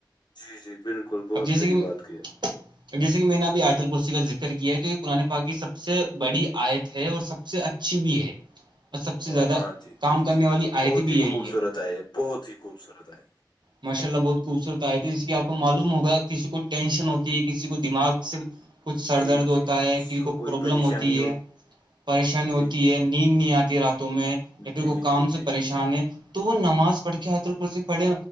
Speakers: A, on the left; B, on the right.
A: جی جی بالکل بہت
B: اب جیسے
A: صحیح
B: کہ
A: بات کیا ہے
B: جیسے کہ میں نے اب آٹل کو کا ذر کیا ہے تو یہ پ پررے پا سب سب سے بڑی آیت ہے اور سب سے اچھی بھی ہے اور سب سے زیادہ
A: ہاں جی
B: کام
A: جی
B: کرنے
A: جی
B: والی آیت
A: بہت
B: بھی
A: ہی
B: یہی
A: خوبصورت
B: ہے
A: آئے یہ بہت ہی خوبصورت آئے
B: ماشاء اللہ بہت خوبصورت آئے تو ج کہ آپ کو معلوم ہوگا کسی کو ٹینشن ہوتی ہے کسی کو دماغ سے کچھ سر
A: جی
B: درد
A: جی
B: ہوتا
A: جی
B: ہے کسی کو
A: کوئی
B: پرابلم
A: پریشانی
B: ہوتی ہے پریشانی ہوتی
A: جی جی
B: ہے نیند نہیں آتی راتوں میں
A: جی
B: یا پھر کو کام
A: جی جی
B: سے پریشان تو وہ نماز پڑھ کے پڑھے